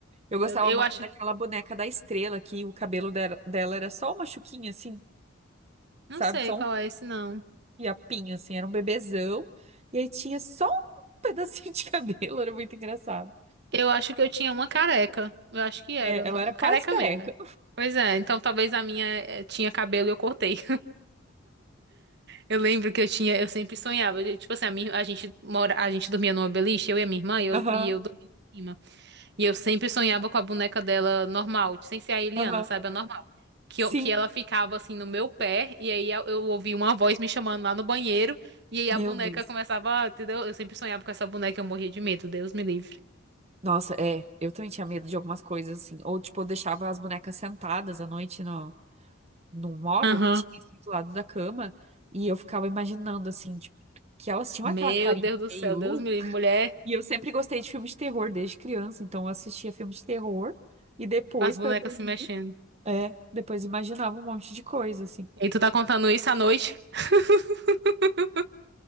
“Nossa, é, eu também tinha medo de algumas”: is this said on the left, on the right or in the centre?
Right